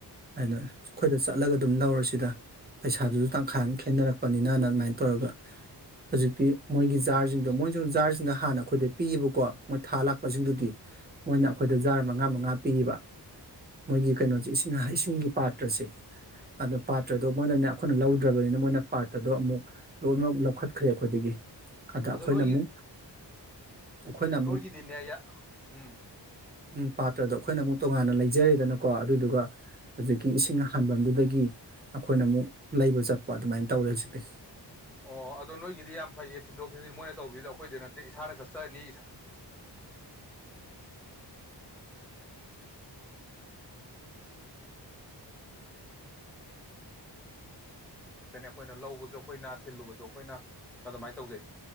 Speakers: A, on the right; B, in the centre.
A: ꯍꯥꯏꯅ ꯑꯩꯈꯣꯏꯗ ꯆꯠꯂꯒ ꯑꯗꯨꯝ ꯂꯧꯔꯁꯤꯗ ꯄꯩꯁꯥꯗꯨꯁꯨ ꯇꯪꯈꯥꯏ
B: ꯑꯦꯁ
A: ꯑꯃ ꯈꯦꯠꯅꯔꯛꯄ ꯂꯄꯅꯤꯅꯅ ꯑꯗꯨꯃꯥꯏꯅ ꯇꯧꯔꯒ ꯍꯧꯖꯤꯛꯇꯤ ꯃꯣꯏꯒꯤ ꯖꯥꯔꯁꯤꯡꯗꯣ ꯃꯣꯏꯁꯨ ꯖꯥꯔꯁꯤꯡꯗ ꯍꯥꯟꯅ ꯑꯩꯈꯣꯏꯗ ꯄꯤꯌꯦꯕꯀꯣ ꯃꯣꯏ ꯊꯥ ꯂꯥꯛꯄꯁꯤꯡꯗꯨꯗꯤ ꯃꯣꯏꯅ ꯑꯩꯈꯣꯏꯗ ꯖꯥꯔ ꯃꯉꯥ ꯃꯉꯥ ꯄꯤꯕ ꯃꯣꯏꯒꯤ ꯀꯩꯅꯣꯁꯦ ꯏꯁꯤꯡ ꯏꯁꯤꯡꯒꯤ ꯄꯥꯇ꯭ꯔꯁꯦ ꯑꯗꯨ ꯄꯥꯇ꯭ꯔꯗꯣ ꯃꯣꯏꯅꯅꯦ ꯑꯩꯈꯣꯏꯅ ꯂꯧꯗ꯭ꯔꯕꯅꯤꯅ ꯃꯣꯏꯅ ꯄꯥꯇ꯭ꯔꯗꯣ ꯑꯃꯨꯛ ꯂꯣꯏꯅꯃꯛ ꯂꯧꯈꯠꯈ꯭ꯔꯦ ꯑꯩꯈꯣꯏꯗꯒꯤ ꯑꯗ ꯑꯩꯈꯣꯏꯅ
B: ꯑꯗꯣ ꯅꯣꯏꯒꯤ
A: ꯑꯃꯨꯛ ꯑꯩꯈꯣꯏꯅ
B: ꯅꯣꯏꯒꯤꯗꯤꯅꯦ ꯌꯥ ꯎꯝ
A: ꯎꯝ ꯄꯥꯇ꯭ꯔꯗꯣ ꯑꯩꯈꯣꯏꯅ ꯑꯃꯨꯛ ꯇꯣꯉꯥꯟꯅ ꯂꯩꯖꯔꯦꯗꯅꯀꯣ ꯑꯗꯨꯗꯨꯒ ꯍꯨꯖꯤꯛꯀꯤ ꯏꯁꯤꯡ ꯍꯟꯕꯝꯗꯨꯗꯒꯤ ꯑꯩꯈꯣꯏꯅ ꯑꯃꯨꯛ ꯂꯩꯕ ꯆꯠꯄ ꯑꯗꯨꯃꯥꯏꯅ ꯇꯧꯔꯦ ꯍꯨꯖꯤꯛꯇꯤ
B: ꯑꯣ ꯑꯗꯣ ꯅꯣꯏꯒꯤꯗꯤ ꯌꯥꯝ ꯐꯩꯌꯦ ꯊꯤꯟꯗꯣꯛ ꯊꯤꯟꯖꯤꯟ ꯃꯣꯏꯅ ꯇꯧꯕꯤꯗꯣ ꯑꯩꯈꯣꯏꯗꯤ ꯅꯠꯇꯦ ꯏꯁꯥꯅ ꯆꯠꯆꯔꯅꯤ ꯏꯁꯥꯅ ꯂꯧꯖꯅꯤꯌꯦ ꯊꯤꯜꯂꯨꯕꯁꯨ ꯑꯩꯈꯣꯏꯅ ꯑꯗꯨꯃꯥꯏ ꯇꯧꯖꯩ